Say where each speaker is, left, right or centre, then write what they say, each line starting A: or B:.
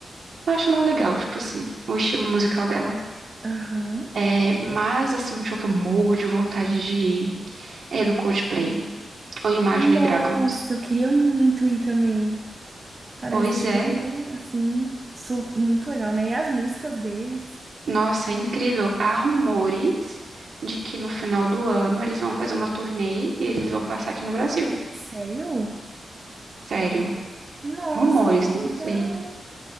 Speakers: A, on the right; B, on the right.
A: eu acho ela legal, tipo assim, o estilo musical dela.
B: Aham.
A: É, mas assim, um show que eu morro de vontade de ir é do Coldplay, ou Imagine
B: Nossa,
A: Dragons.
B: eu queria muito ir também. Parece
A: Pois
B: ser,
A: é,
B: assim, su- muito legal, né? E as músicas deles?
A: nossa, é incrível. Há rumores de que no final do ano eles vão fazer uma turnê e eles vão passar aqui no Brasil.
B: Sério?
A: Sério,
B: Nossa,
A: rumores,
B: que legal!
A: não sei.